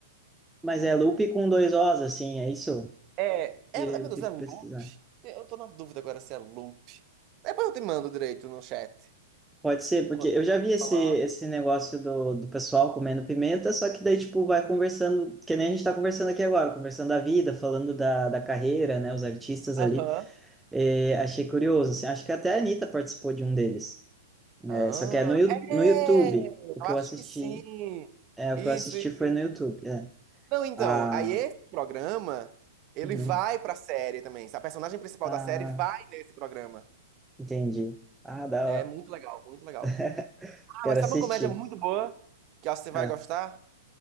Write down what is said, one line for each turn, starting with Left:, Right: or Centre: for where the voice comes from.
Centre: Mas é loop com dois Os, assim, é isso?
Right: É, é,
Centre: E eu
Right: meu
Centre: vou
Right: Deus,
Centre: ter
Right: é
Centre: que
Right: loop?
Centre: pesquisar.
Right: Eu tô na dúvida agora se é loop. Depois eu te mando direito no chat.
Centre: Pode ser, porque
Right: Quando
Centre: eu já
Right: eu
Centre: vi esse,
Right: falar.
Centre: esse negócio do, do pessoal comendo pimenta, só que daí, tipo, vai conversando, que nem a gente tá conversando aqui agora, conversando da vida, falando da, da carreira, né, os artistas
Right: Aham.
Centre: ali. É, achei curioso, assim, acho que até a Anitta participou de um deles.
Right: Ah,
Centre: É, só que é no, Yu- no
Right: é!
Centre: YouTube,
Right: Eu
Centre: o que
Right: acho
Centre: eu assisti,
Right: que sim.
Centre: é, o
Right: Isso,
Centre: que eu assisti
Right: isso.
Centre: foi
Right: isso.
Centre: no YouTube, é.
Right: Não, então,
Centre: Ah,
Right: aí esse programa, ele
Centre: uhum,
Right: vai pra série também. A personagem principal
Centre: ah,
Right: da série vai nesse programa.
Centre: entendi. Ah, da
Right: É
Centre: hora.
Right: muito legal, muito legal.
Centre: <laughs>
Right: Ah,
Centre: Quero
Right: mas
Centre: assistir.
Right: sabe uma comédia muito boa que eu acho que você vai
Centre: Ah,
Right: gostar?